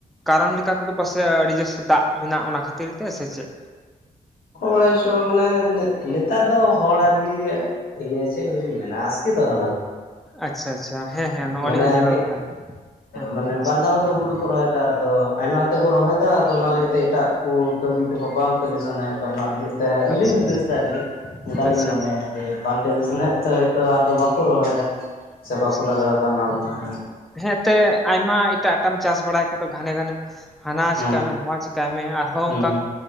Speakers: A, in the centre; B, on the left (about 80°).
A: ᱠᱟᱨᱚᱱ ᱞᱮᱠᱟᱛᱮᱫᱚ ᱯᱟᱥᱮᱡ ᱟᱹᱰᱤ ᱡᱟᱹᱥᱛᱤ ᱫᱟᱜ ᱢᱮᱱᱟᱜᱼᱟ ᱚᱱᱟ ᱠᱷᱟᱹᱛᱤᱨ ᱛᱮ ᱥᱮ ᱪᱮᱫ?
B: ᱚᱠᱚ ᱵᱟᱲᱟᱭᱪᱚ ᱢᱟᱱᱮ ᱱᱮ ᱱᱮᱛᱟᱨ ᱫᱚ ᱦᱚᱲ ᱟᱨᱠᱤ ᱤᱭᱟᱹ ᱪᱮᱫ ᱠᱚ ᱞᱤᱧ ᱢᱮᱱᱟ ᱟᱥᱠᱤᱛᱚᱜ ᱠᱟᱱᱟ
A: ᱟᱪᱪᱷᱟ ᱟᱪᱪᱷᱟ ᱦᱮᱸ ᱦᱮᱸ ᱱᱚᱜᱼᱚ
B: ᱠᱚ᱾ ᱢᱟᱱᱮ
A: ᱱᱤᱭᱟᱹ ᱦᱚᱸ ᱧᱮᱞᱚᱜᱚᱜ
B: ᱟᱨᱠᱤ
A: ᱠᱟᱱ ᱜᱮᱭᱟ ᱦᱮᱸ
B: ᱢᱟᱱᱮ
A: ᱟᱪᱪᱷᱟ
B: ᱵᱟᱨ ᱫᱷᱟᱣ ᱠᱟᱛᱮ ᱦᱩᱲᱩ ᱠᱚ ᱨᱚᱦᱚᱭ ᱫᱟ᱾ ᱟᱫᱚ ᱟᱭᱢᱟ ᱠᱟ ᱛᱮ ᱠᱚ ᱨᱚᱦᱚᱭᱫᱟ ᱟᱫᱚ ᱚᱱᱟ ᱞᱟᱹᱜᱤᱫ ᱛᱮ ᱮᱴᱟᱜ ᱠᱚ ᱠᱟᱹᱢᱤ ᱠᱚᱦᱚᱸ ᱵᱟᱝ ᱠᱟᱹᱢᱤ ᱥᱟᱱᱟᱭᱮᱫ ᱠᱚᱣᱟ ᱚᱱᱟ ᱞᱟᱹᱜᱤᱫ ᱛᱮ ᱟᱹᱞᱤᱧ
A: ᱟᱪᱪᱷᱟ
B: ᱦᱩᱫᱤᱥ
A: ᱟᱪᱪᱷᱟ
B: ᱛᱟᱭ ᱨᱮᱜᱮ ᱚᱱᱠᱟᱞᱤᱧ
A: ᱟᱪᱪᱷᱟ
B: ᱢᱚᱱᱮᱭᱟ
A: ᱟᱪᱪᱷᱟ
B: ᱡᱮ ᱵᱟᱝ ᱠᱟᱢᱤ ᱥᱟᱱᱟᱭᱮᱫ ᱠᱚᱛᱮ ᱦᱚᱭᱛᱚ ᱟᱨ ᱫᱚ ᱵᱟᱠᱚ ᱨᱚᱦᱚᱭᱫᱟ ᱥᱮ ᱵᱟᱠᱚ
A: ᱟᱪᱪᱷᱟ
B: ᱞᱟᱜᱟᱣᱫᱟ ᱚᱱᱟ ᱠᱚᱫᱚ ᱦᱮᱸ᱾
A: ᱦᱮᱸ ᱮᱱᱛᱮ ᱟᱭᱢᱟ ᱮᱴᱟᱜ ᱮᱴᱟᱜ ᱪᱟᱥ ᱵᱟᱲᱟᱭ ᱠᱷᱟᱡ ᱫᱚ ᱜᱷᱟᱱᱮ ᱜᱷᱟᱱᱮ ᱦᱟᱱᱟ
B: ᱦᱮᱸ
A: ᱪᱤᱠᱟᱭ ᱢᱮ ᱱᱟᱣᱟ ᱪᱤᱠᱟᱭ ᱢᱮ ᱟᱨᱦᱚᱸ
B: ᱦᱩᱸ
A: ᱚᱝᱠᱟ